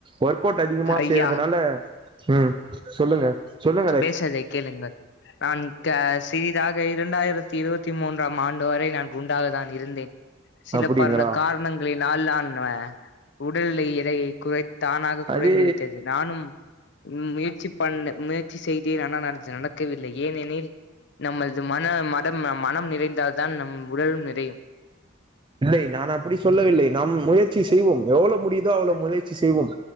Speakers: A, on the right; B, on the left.
A: ஒர்க் அவுட் அதிகமா
B: ஐயா
A: செய்யறதுனால ம் சொல்லுங்க சொல்
B: பேசறதை கேளுங்கள் நான் த சிறிதாக இரண்டாயிரத்தி இருபத்தி மூன்றாம் ஆண்டு வரை நான் குண்டாக தான் இருந்தேன் சில
A: அப்டிங்களா
B: பர்ல காரணங்களினால் நான் உடல் எடையை குறைத் தானாக குறைந்து
A: அது
B: விட்டது நானும் ம் முயற்சி பண்ண முயற்சி செய்தேன் ஆனா நெனச்சது நடக்கவில்லை ஏனெனில் நம்மள்து மன மதம் மனம் நிறை ந்தால்தான் நம் உடலும் நிறையும்
A: இல்லை நான் அப்படி சொல்லவில்லை நாம் முயற்சி செய்வோம் எவ்ளோ முடியுதோ அவ்ளோ முயை சி செய்வோம்